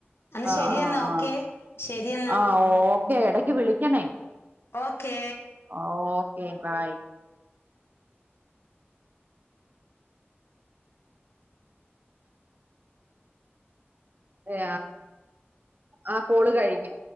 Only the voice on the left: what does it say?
അന്ന്
ശരിയെന്നാ
ഓക്കെ ശരിയെന്നാ
ഓക്കേ